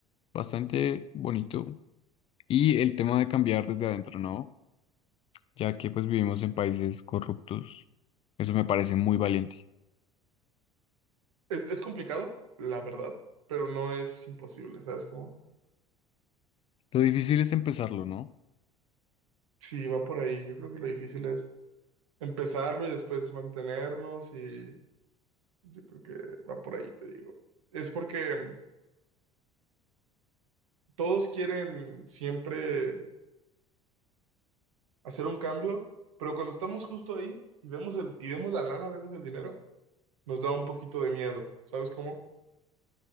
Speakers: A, on the left; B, on the right.
A: bastante bonito. Y el tema de cambiar desde adentro, ¿no? Ya que pues vivimos en países corruptos. Eso me parece muy valiente.
B: Es, es complicado, la verdad, pero no es imposible, ¿sabes? cómo
A: Lo difícil es empezarlo, ¿no?
B: si va por ahí, yo creo que lo difícil es empezarlo y después mantenernos, y yo creo que va por ahí, te digo. Es porque todos quieren siempre hacer un cambio, pero cuando estamos justo ahí y vemos el, y vemos la lana, vemos el dinero, nos da un poquito de miedo, ¿sabes cómo?